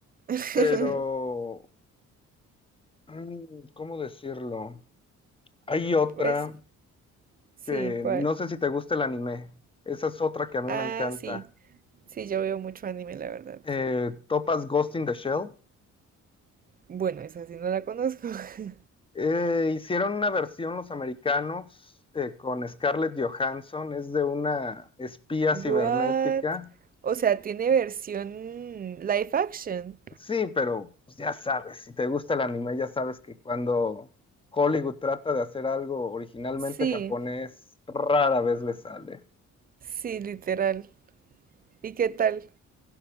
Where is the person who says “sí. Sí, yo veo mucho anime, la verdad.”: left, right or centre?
Right